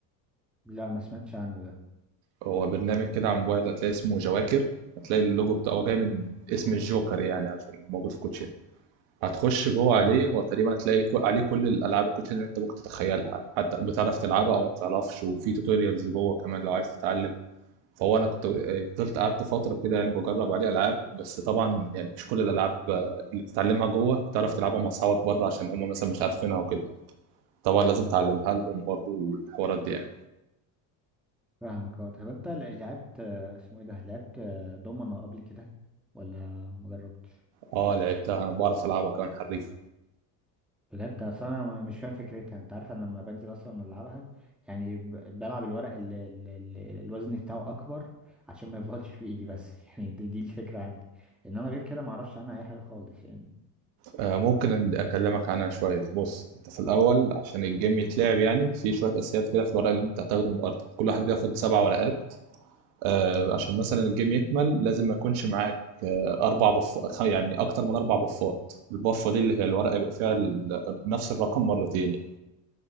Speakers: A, in the centre; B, on the right (about 70°).
A: لا ما سمعتش عنه ده
B: هو برنامج كده على الموبايل هتلاقي اسمه جواكر هتلاقي اللوجو بتاعه هو جاي من اسم الجوكر يعني عشان موجود في الكوتشينه هتخش جوه
A: اه
B: عليه هو تقريبا هتلاقي كو- عليه كل الالعاب الكوتشينه اللي انت ممكن تتخيلها حتى بتعرف تلعبها او ما بتعرفش وفي توتوريالز جوه كمان لو عايز تتعلم فهو انا كنت آه، فضلت قعدت فتره كده يعني بجرب عليه العاب بس طبعا يعني مش كل الالعاب آه، اللي بتتعلمها جوه تعرف تلعبها مع اصحابك بره عشان هم مثلا مش عارفينها وكده طبعا لازم تعلمها لهم برضو والحوارات دي يعني
A: فاهمك اه طب انت لعبت آه، اسمه ايه ده لعبت آه، دومنة قبل كده ولا مجربتش
B: اه لعبتها بعرف العبها كمان حريف
A: بجد اصل انا مش فاهم فكرتها انت عارف انا لما بنزل اصلا العبها يعني ب- بلعب الورق اللي اللي الوزن بتاعه اكبر عشان ما يفضلش في ايدي بس <laughs> يعني دي, دي الفكره عندي انما غير كده ما اعرفش عنها اي حاجه خالص يعني
B: آه ممكن أد- اكلمك عنها شويه بص انت في الاول عشان الجيم يتلعب يعني في شويه اساسيات كده في الورق اللي انت هتاخده من الارض كل واحد بياخد سبع ورقات آه، عشان مثلا الجيم يكمل لازم ما يكونش معاك آه، اربع بف يعني اكتر من اربع بفات البفه دي اللي هي الورقه يبقى فيها ال- نفس الرقم مرتين يعني